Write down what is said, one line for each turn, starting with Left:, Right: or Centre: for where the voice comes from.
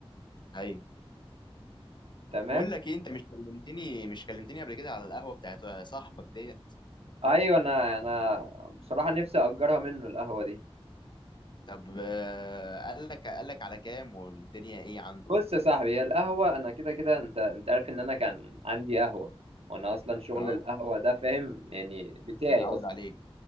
Left: ايوه
Right: تمام
Left: بقول لك ايه انت مش كلمتني مش كلمتني قبل كده على القهوه بتاعت صاحبك ديت
Right: ايوه انا انا بصراحه نفسي اجرها منه القهوه دي
Left: طب آه، قال لك قال لك على كام والدنيا ايه عنده
Right: بص يا صاحبي هي القهوة أنا كده كده أنت أنت عارف إن أنا كان عندي قهوة وأنا أصلا شغل
Left: اه
Right: القهوة ده فاهم يعني بتاعي
Left: متعود
Right: أصلا
Left: عليه